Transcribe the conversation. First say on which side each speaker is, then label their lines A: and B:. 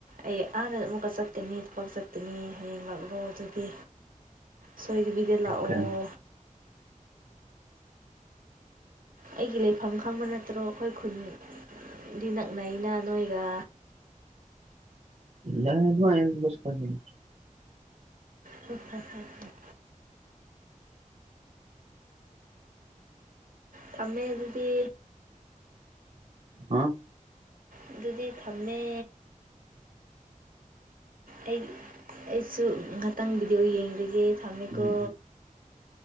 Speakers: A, on the right; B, on the right.
A: ꯑꯩ ꯑꯥꯗ ꯑꯃꯨꯛꯀ ꯆꯠꯀꯅꯤ ꯊꯕꯛ ꯆꯠꯀꯅꯤ ꯍꯥꯏ ꯍꯌꯦꯡ ꯂꯥꯛꯂꯣ ꯑꯗꯨꯗꯤ ꯁꯣꯏꯗꯕꯤꯗ ꯂꯥꯛꯑꯣ
B: ꯀꯩꯝ
A: ꯑꯩꯒꯤ ꯂꯩꯐꯝ ꯈꯪꯕ ꯅꯠꯇ꯭ꯔꯣ ꯑꯩꯈꯣꯏ ꯈꯨꯟ ꯘꯤ ꯅꯛꯅꯩꯅ ꯅꯣꯏꯒ
B: <unintelligible>
A: ꯍꯥ ꯍꯥ ꯍꯥ ꯍꯥ ꯊꯃꯦ ꯑꯗꯨꯗꯤ
B: ꯍꯥ
A: ꯑꯗꯨꯗꯤ ꯊꯝꯃꯦ ꯑꯩ ꯑꯩꯁꯨ ꯉꯥꯛꯇꯪ ꯚꯤꯗꯤꯑꯣ ꯌꯦꯡꯒꯤꯒꯦ ꯊꯝꯃꯦꯀꯣ
B: ꯎꯝ